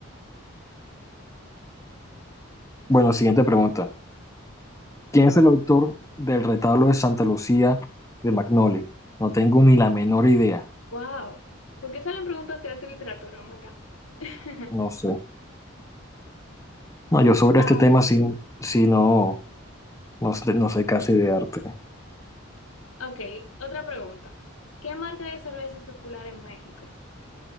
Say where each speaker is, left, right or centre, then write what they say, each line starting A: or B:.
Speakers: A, on the left (about 15°); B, on the left (about 80°).
A: Bueno, siguiente pregunta. ¿Quién es el autor del retablo de Santa Lucía de Magnoli? No tengo ni la menor idea.
B: Wow. ¿Por qué salen preguntas de arte y literatura? Oh my God. <laughs>
A: No sé. No, yo sobre
B: Um,
A: este tema sí, sí no, no, sé- no sé casi de arte.
B: ok. Otra pregunta. ¿Qué marca de cerveza es popular en México?